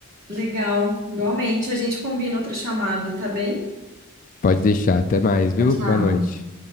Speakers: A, on the right (about 40°); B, on the left (about 40°).
A: Legal, igualmente. A gente combina outra chamada, tá bem?
B: Pode deixar, até mais, viu?
A: Tchau, tchau.
B: Boa noite.